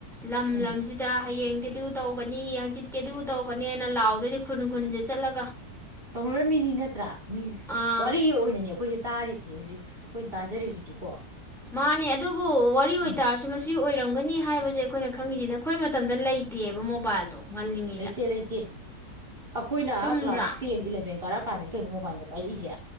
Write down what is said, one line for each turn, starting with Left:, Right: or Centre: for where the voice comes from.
Centre: ꯂꯝ
Right: ꯎꯝ
Centre: ꯂꯝꯁꯤꯗ ꯍꯌꯦꯡ꯫ ꯇꯤꯗꯨ ꯇꯧꯒꯅꯤ ꯍꯥꯡꯆꯤꯠꯇꯤ ꯗꯨ ꯇꯧꯒꯅꯦꯅ ꯂꯥꯎꯗꯣꯏꯗꯤ ꯈꯨꯟ ꯈꯨꯟꯁꯦ ꯆꯠꯂꯒ꯫
Right: ꯇꯧꯅꯔꯝꯃꯤꯅꯤ ꯅꯠꯇ꯭ꯔꯥ꯫ ꯃꯤ
Centre: ꯑꯥ
Right: ꯋꯥꯔꯤ ꯑꯣꯏꯅꯅꯦ ꯑꯈꯣꯏꯁꯦ ꯇꯥꯔꯤꯁꯦ ꯍꯧꯖꯤꯛ꯫ ꯑꯈꯣꯏ ꯇꯥꯖꯔꯤꯁꯤꯗꯤꯀꯣ꯫
Centre: ꯃꯥꯅꯦ ꯑꯗꯨꯕꯨ ꯋꯥꯔꯤ ꯑꯣꯏꯇꯥꯔꯁꯨ
Right: ꯎꯝ
Centre: ꯃꯁꯤ ꯑꯣꯏꯔꯝꯒꯅꯤ꯫ ꯍꯥꯏꯕꯁꯦ ꯑꯈꯣꯏꯅ ꯈꯪꯉꯤꯁꯤꯅ ꯑꯈꯣꯏ ꯃꯇꯝꯗ ꯂꯩꯇꯦꯕ ꯃꯣꯕꯥꯏꯜꯗꯣ꯫ ꯉꯜꯂꯤꯉꯩꯗ
Right: ꯂꯩꯇꯦ ꯂꯩꯇꯦ ꯑꯈꯣꯏꯅ
Centre: ꯆꯨꯝꯗ꯭ꯔꯥ
Right: ꯀ꯭ꯂꯥꯁ ꯇꯦꯟ ꯏꯂꯚꯦꯟ ꯀꯥꯔꯛ꯫ ꯀꯥꯟꯅꯤ ꯀꯩꯅꯣ ꯃꯣꯕꯥꯏꯜꯗ ꯄꯥꯏꯛꯏꯁꯦ